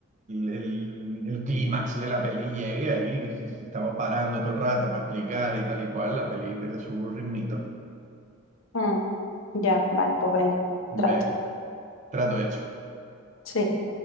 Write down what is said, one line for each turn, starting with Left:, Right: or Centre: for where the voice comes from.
Right: el- el clímax de la peli llegue ahí. que Si, si estamos parando todo el rato para explicar y tal y cual, la peli pierde su ritmito.
Left: Mm, ya, vale, pues venga,
Right: Venga,
Left: trato.
Right: trato hecho.
Left: Sí.